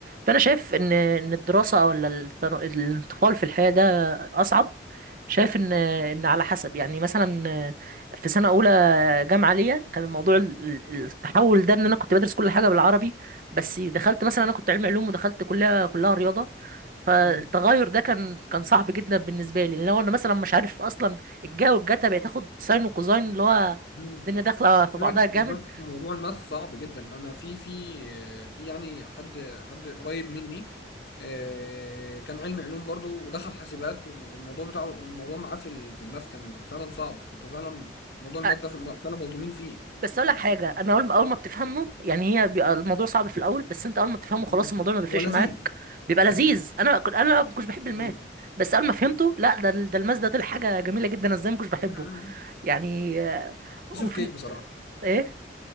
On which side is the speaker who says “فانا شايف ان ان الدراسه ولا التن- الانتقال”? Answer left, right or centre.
Right